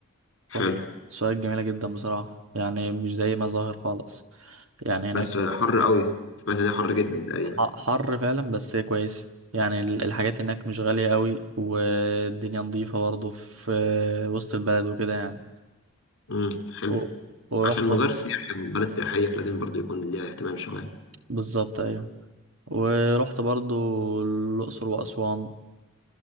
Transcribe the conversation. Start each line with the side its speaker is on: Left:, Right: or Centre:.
Left: حلو
Right: رحت سوهاج جميله جدا بصراحه يعني مش زي ما ظاهر خالص يعني هناك
Left: بس حر قوي سمعت ان هي حر جدا تقريبا
Right: ح- حر فعلا بس هي كويسة يعني ال- الحاجات هناك مش غالية قوي والدنيا نظيفة برضه في وسط البلد وكده يعني
Left: امم حلو
Right: و... ورحت
Left: عشان مزار سياحي وبلد سياحيه فلازم برضه يكون ليها اهتمام شويه
Right: بالظبط ايوه ورحت برضه الأقصر وأسوان